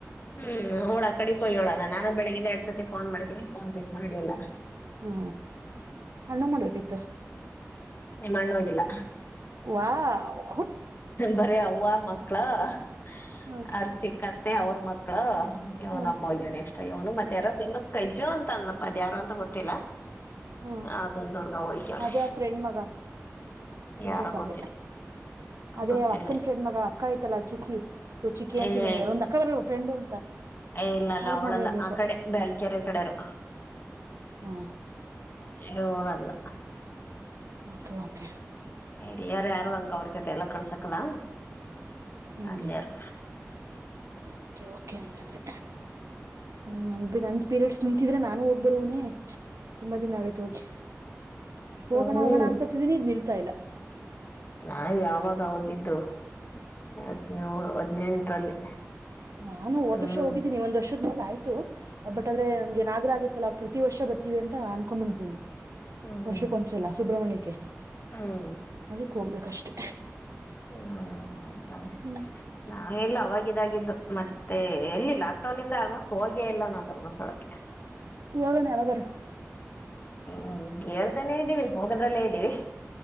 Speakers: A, on the left; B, on the right.
A: ಹು ಅವಳು ಆ ಕಡೆಕ ಹೋಗಳಲ್ಲ ನಾನ ಬೆಳಿಗಿಂದ ಏರ ಎರಡು ಸತಿ ಫೋನ್ ಮಾಡಿದೀನಿ ಫೋನ್ ಪಿಕ್ ಮಾಡ್ಲಿಲ್ಲ
B: ಹು ಅನ್ನ ಮಾಡಬೇಕಿತ್ತು
A: ನಿಮ್ಮ ಅಣ್ಣ ಹೋಗಿಲ್ಲ
B: ವಾವ್ವಾ
A: ಬರೀ ಅವ್ವ ಮಕ್ಕಳ ಅವ
B: ಹ್ಮ್
A: ರಚಿಕ್ಕಅತ್ತೆ ಅವರ ಮಕ್ಕಳ ಇವನೊಬ್ಬ
B: ಹ್ಮ್
A: ಆಗೋನೆ ಎಕ್ಸ್ಟ್ರಾ ಇವನು ಮತ್ತೆ ಯಾರಪ್ಪ ಇನ್ ಪ್ರಜ್ಜು ಅಂದಲಪ್ಪ ಅದ ಯಾರೋ ಅಂತ ಗೊತ್ತಿಲ್ಲ
B: ಹ್ಮ್
A: ಅದಂದು ಹುಡುಗ ಹೋಗ ಅವರೇ
B: ಅದೇ ಆ ಫ್ರೆಂಡ್ ಮಗ ಇರ್ಬೇಕ್
A: ಯಾರ ಗೊತ್ತಿಲ್ಲ
B: ಅದೇ ಅದೇ
A: ಗೊತ್ತಿಲ್ಲ
B: ಅಕ್ಕನ ಫ್ರೆಂಡ್ ಮಗ ಅಕ್ಕ ಐತಲ್ಲ ಚಿಕ್ಕಿ ತು ಚಿಕ್ಕಿ ಅಂತಿನಿ
A: ಏ
B: ಎಲ್ಲೊಂದ ಅಕ್ಕ ಬರಲ್ಲ ಫ್ರೆಂಡ್ ಅಂತ
A: ಇಲ್ಲಲ್ಲ
B: ಅವ್ರ
A: ಅವಳಲ್ಲ
B: ಮಗ ಇರ್ಬೇಕು
A: ಆ ಕಡೆ ಬ್ಯಾಲ್ಕೆರೆ ಕಡೆರು
B: ಹು
A: ಇವರಲ್ಲ
B: ಓಕೆ ಓಕೆ
A: ಇಲ್ಲಿರುವವರು ಯಾರು ಹಂಗ ಅವರ ಜೊತೆ ಕಳಸಕ್ಕಿಲ್ಲ
B: ಹ್ಮ್
A: ಅಲ್ಲಿ ಯಾರು
B: ಓಕೆ ಓಕೆ ಹಂಗಾದ್ರೆ ಹು ನಂದ ಪೀರಿಯಡ್ಸ್ ನಿಂತಿದ್ರೆ ನಾನು ಹೋಗಬರೋನೆ ತುಂಬಾ ದಿನ ಆಗೈತ ಹೋಗಿ ಹೋಗೋಣ
A: ನಾನು
B: ಹೋಗೋಣ ಅನ್ಕತಿದೀನಿ ಇದ್ ನಿಲ್ತಾ ಇಲ್ಲ
A: ನಾ ಯಾವಾಗ ನಾ ಹೋಗಿದ್ದು ಹದಿನೇಳು ಹದ್ನೆಂಟರಲ್ಲಿ
B: ನಾನು ಹೋದ
A: ಹ್ಮ್
B: ವರ್ಷ ಹೋಗಿದ್ದೀನಿ ಒಂದು ವರ್ಷದ ಮೇಲೆ ಆಯ್ತು ಇ ಬಟ್ ಆದ್ರೆ ನಂ ಗೆನ್ನಾಗ್ರ ಆಗಿತ್ತಲ್ಲ ಪ್ರತಿ ವರ್ಷ ಬರ್ತೀವಿ ಅಂತ ಅನ್ಕೊಂಡ್ ಬಂದಿದ್ದೀನಿ
A: ಹ್ಮ್
B: ವರ್ಷಕ್ಕೊಂಸಲ ಸುಬ್ರಮಣ್ಯಕ್ಕೆ
A: ಹ್ಮ್
B: ಕ ಹೋಗ್ಬೇಕಷ್ಟೆ
A: ಹ್ಮ
B: ಹ್ಮ್
A: ನಾ ಎಲ್ಲ ಅವಾಗ ಇದಿದ್ದು ಮತ್ತೆ ಎಲ್ಲಿ ಲಾಕ್ ಡೌನ್ ಇಂದ ಆಲ್ಮೋಸ್ಟ್ ಹೋಗೇ ಇಲ್ಲ ನಾ ಧರ್ಮಸ್ಳಕ್ಕೆ
B: ವಾಗ ನವಾಗರ
A: ಹ್ಮ್ ಹೇಳ್ತಾನೇ ಇದ್ದೀವಿ ಹೋಗೊಂಡ್ರಲ್ಲೇ ಇದ್ದೀವಿ